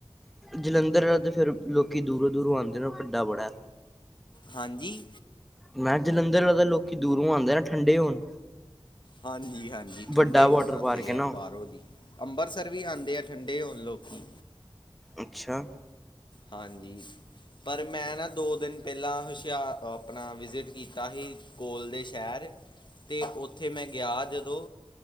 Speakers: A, in the centre; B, on the left.
A: ਜਲੰਧਰ ਤੇ ਫੇਰ ਲੋਕੀ ਦੂਰੋਂ ਦੂਰੋਂ ਆਉਂਦੇ ਨੇ ਉਹ ਵੱਡਾ ਬੜਾ।
B: ਹਾਂਜੀ।
A: ਮੈਂ ਕਿਹਾ ਜਲੰਧਰ ਤਾਂ ਲੋਕੀ ਦੂਰੋਂ ਆਉਂਦੇ ਨਾ ਠੰਡੇ ਹੋਣ
B: ਹਾਂਜੀ, ਹਾਂਜੀ ਠੰਡੇ
A: ਵੱਡਾ
B: ਹੋਣ
A: ਵਾਟਰ
B: ਆਉਂਦੇ
A: ਪਾਰਕ ਹੈ
B: ਆ
A: ਨਾ
B: ਬਾਹਰੋਂ ਦੀ। ਅੰਮ੍ਰਿਤਸਰ ਵੀ ਆਉਂਦੇ ਆ ਠੰਡੇ ਹੋਣ ਲੋਕੀ।
A: ਅੱਛਾ।
B: ਹਾਂਜੀ। ਪਰ ਮੈਂ ਨਾ ਦੋ ਦਿਨ ਪਹਿਲਾਂ ਹੁਸ਼ਿਆਰ ਆਪਣਾ ਵਿਜ਼ਿਟ ਕੀਤਾ ਸੀ। ਕੋਲ ਦੇ ਸ਼ਹਿਰ ਅਤੇ ਉੱਥੇ ਮੈਂ ਗਿਆ ਜਦੋਂ